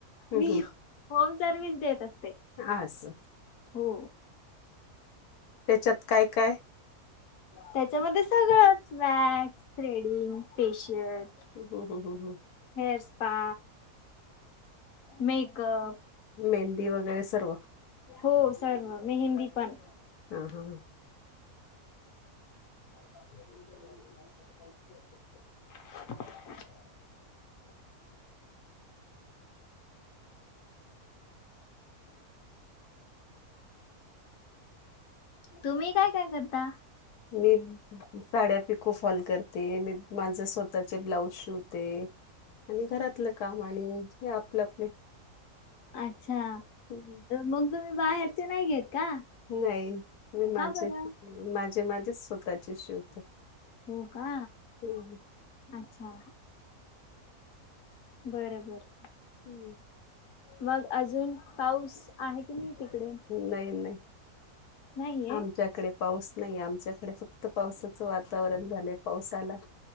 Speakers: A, on the left; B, on the left.
A: हम्म,
B: मी होम सर्व्हस देत असते.
A: अस.
B: हो.
A: त्याच्यात काय काय!
B: त्याच्यामध्ये सगळंच वॅक्स थ्रेडिंग फेशियल
A: हम्म, हम्म, हम्म, हम्म.
B: हेअर स्पा मेकअप
A: मेहंदी वगैरे सर्व
B: हो सर्व मेहंदी पण.
A: हा हा.
B: <unintelligible> तुम्ही काय काय करता?
A: मी. साड्या पिको फॉल करते, मी माझे स्वतःचे ब्लाऊज शिवते. आणि घरातलं काम आणि हे आपलं आपले
B: अच्छा.
A: हम्म.
B: मग तुम्ही बाहेरचे नाही घेत का?
A: नाही मी माझे
B: का बरं?
A: माझे माझेच स्वतःचे शिवते.
B: हो का?
A: हम्म.
B: अच्छा बर बर.
A: हम्म.
B: मग अजून पाऊस आहे की नाही तिकडे.
A: नाही नाही
B: नाही.
A: आमच्याकडे पाऊस नाही आमच्याकडे फक्त पावसाचं वातावरण झालंय पावसाला